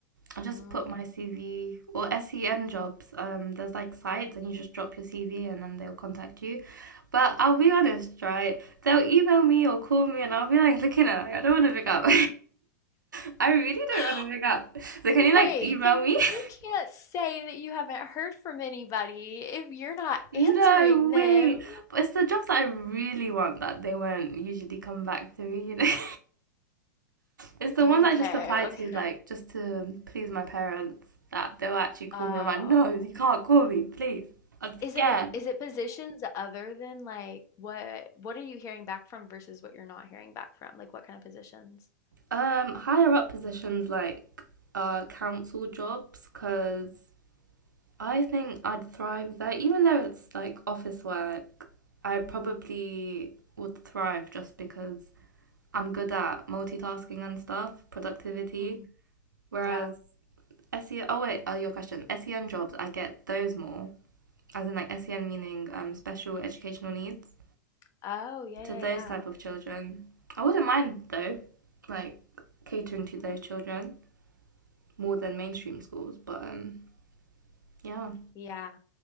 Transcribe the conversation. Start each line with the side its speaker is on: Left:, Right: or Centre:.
Right: I just
Left: Mm.
Right: put my CV or SEN jobs. Um, there's like sites, and you just drop your CV, and then they'll contact you. But I'll be honest, right? They'll email me or call me, and I'll be like looking at, it, like, I don't want to pick up. <laughs> I really don't
Left: <gasps>
Right: want to pick up. So can
Left: Wait,
Right: you like email
Left: then
Right: me? <laughs>
Left: you can't say that you haven't heard from anybody if you're not <laughs>
Right: No
Left: answering them.
Right: way. But it's the jobs that I really want that they won't usually come back to me, you know. <laughs> It's the
Left: Okay,
Right: ones I just applied
Left: okay.
Right: to like just to please my parents that they'll actually call
Left: Uh,
Right: me. I'm like, no, you can't call me, please. I'm scared.
Left: is it a, is it positions other than like what what are you hearing back from versus what you're not hearing back from? Like what kind of positions?
Right: Um, higher up positions like uh council jobs because I think I'd thrive there, even though it's like office work. I probably
Left: hmm
Right: would thrive just because I'm good at multitasking and stuff, productivity.
Left: hmm
Right: Whereas
Left: Yeah.
Right: SEN, oh wait, uh, your question. SEN jobs, I get those more, as in like SEN meaning um, special educational needs
Left: Oh, yeah,
Right: to
Left: yeah,
Right: those
Left: yeah.
Right: type of children. I wouldn't mind though, like catering to
Left: Mhm.
Right: those children more than mainstream schools. But um, yeah,
Left: Yeah.